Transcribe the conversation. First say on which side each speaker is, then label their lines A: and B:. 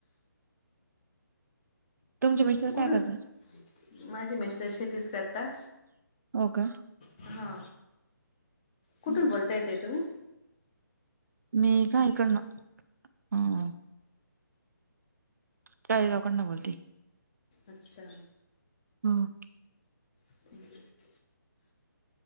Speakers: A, on the right; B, on the left.
A: तुमचे मिस्टर
B: कुठून
A: काय करता
B: माझे मिस्टर शेतीच करता
A: हो का
B: हा, कुठून बोलताय ताई तुम्ही?
A: मी <unintelligible> ह चाळेगाव कडन बोलतेय,
B: अच्छा
A: हम्म
B: <unintelligible>